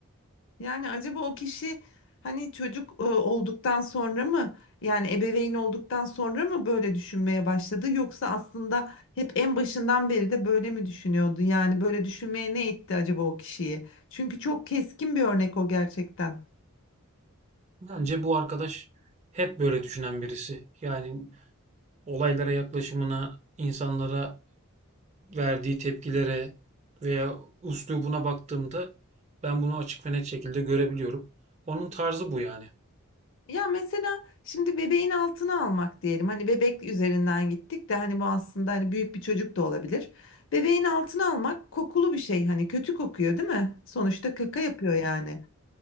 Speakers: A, on the left; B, on the right.
A: Yani acaba o kişi hani çocuk e, olduktan sonra mı yani ebeveyn olduktan sonra mı böyle düşünmeye başladı yoksa aslında hep en başından beri de böyle mi düşünüyordu? Yani böyle düşünmeye ne itti acaba o kişiyi? Çünkü çok keskin bir örnek o gerçekten.
B: Bence bu arkadaş hep böyle düşünen birisi. Yani olaylara yaklaşımına, insanlara verdiği tepkilere veya üslubuna baktığımda ben bunu açık ve net şekilde görebiliyorum. Onun tarzı bu yani.
A: Ya mesela şimdi bebeğin altına almak diyelim. Hani bebek üzerinden gittik de hani bu aslında hani büyük bir çocuk da olabilir. Bebeğin altına almak kokulu bir şey hani kötü kokuyor değil mi? Sonuçta kaka yapıyor yani.